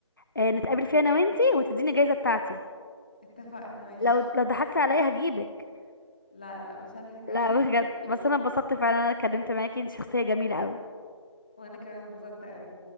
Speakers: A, on the left; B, on the left.
A: آه، نتقابل فيها انا وانتي وتديني الجايزه بتاعتي
B: اتفقنا ماشي
A: لو لو ضحكتي عليا هجيبك
B: لا لا مش هضحك
A: لا
B: عليكي
A: بجد
B: <laughs>
A: بس انا اتبسطت فعلا انا اتكلمت معاكي انت شخصيه جميله قوي
B: وانا كمان اتبسطت قوي